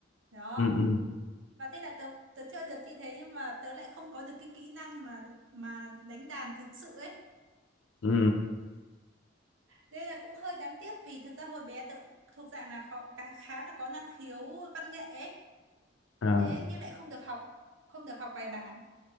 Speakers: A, on the right; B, on the left.
A: đó
B: ừ ừ
A: và thế là tớ tớ chơi được như thế nhưng mà tớ lại không có được cái kỹ năng mà mà đánh đàn thực sự ấy
B: ừ
A: đây là cũng hơi đáng tiếc vì thực ra hồi bé tớ cũng thuộc dạng là họ khá, khá là có năng khiếu văn nghệ ấy
B: ờ.
A: thế nhưng lại không được học không được học bài bản